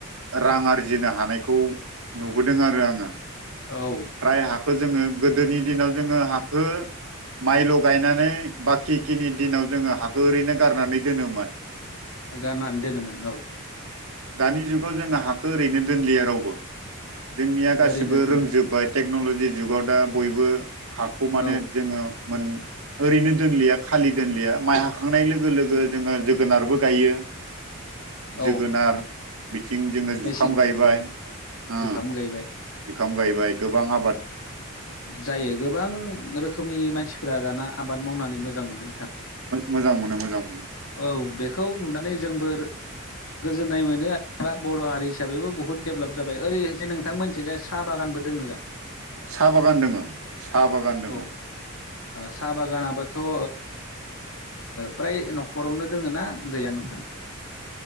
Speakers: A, on the right; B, on the left.
A: रां आरजिनो हानायखौ नुबोदों आरो आङो
B: औ
A: फ्राय हाखौ जोङो गोदोनि दिनाव जोङो हाखो माइ ल' गायनानै बाखि खिनि दिनाव जोङो हाखो ओरैनो गारनानै दोनोमोन
B: गाननानै दोनोमोन औ
A: दानि जुगाव जोंना हाखौ ओरैनो दोनलिया रावबो जोंनिया गासिबो
B: ओरैनो दोनदो
A: रोंजोबबाय टेक्न'लजि जुगाव दा बयबो हाखौ माने
B: औ
A: जोङो ओरैनो दोनलिया खालि दोनलिया माइ हाखांनाय लोगो लोगो जोङो जोगोनारबो गायो जोगोनार
B: औ
A: थिं जोङो
B: मेसें
A: जुखाम गायबाय
B: औ
A: ओ
B: जुखाम गायबाय
A: जुखाम गायबाय गोबां आबाद
B: जायो गोबां रोखोम रोखोमनि मानसिफोरा दाना आबाद मावनानै मोजां मोनो
A: मोजां मोनो मोजां मोनो
B: औ बेखौ नुनानै जोंबो गोजोननाय मोनो आरो बर' हारि हिसाबैबो बुहुत डेभलप जाबाय ओरैजाय नोंथां मोनसेजों साह बागानबो दङो जा
A: साहा बागान दोङो साहा बागान दोङो
B: औ ओ साहा बागानाबोथ' ओ फ्राय न'खरावनो दोङो ना गैया नोंथां